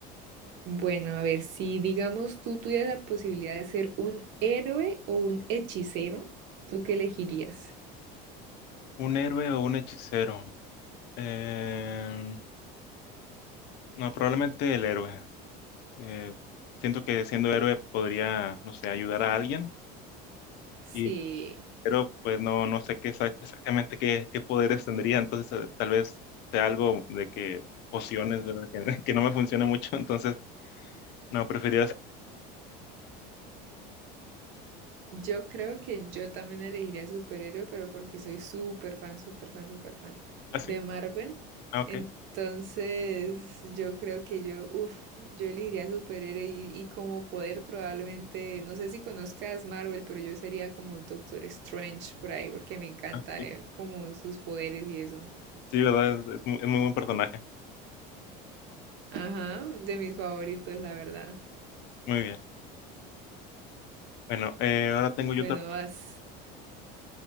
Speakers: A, on the right (about 60°); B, on the left (about 55°).
A: Bueno, a ver, si digamos tú tuvieras la posibilidad de ser un héroe o un hechicero, ¿tú qué elegirías?
B: ¿Un héroe o un hechicero? Eh, no, probablemente el héroe. Eh, siento que siendo héroe podría, no sé, ayudar a alguien,
A: Sí.
B: y, pero pues no, no sé qué exa- exactamente qué, qué poderes tendría, entonces eh, tal vez sea algo de que pociones, ¿verdad? Que, <laughs> que no me funciona mucho, entonces no, preferiría...
A: Yo creo que yo también elegiría superhéroe, pero porque soy súper fan, súper fan, súper fan
B: ¿Así?
A: de Marvel.
B: Ah, ok.
A: Entonces, yo creo que yo, uff, yo elegiría superhéroe y, y como poder probablemente, no sé si conozcas Marvel, pero yo sería como Doctor Strange por ahí, porque me encanta
B: Ah.
A: eh, como sus poderes y eso.
B: Sí, ¿verdad? Es, es mu- es muy buen personaje.
A: Ajá, de mis favoritos, la verdad.
B: Muy bien. Bueno, eh, ahora tengo yo
A: Bueno,
B: otra.
A: vas.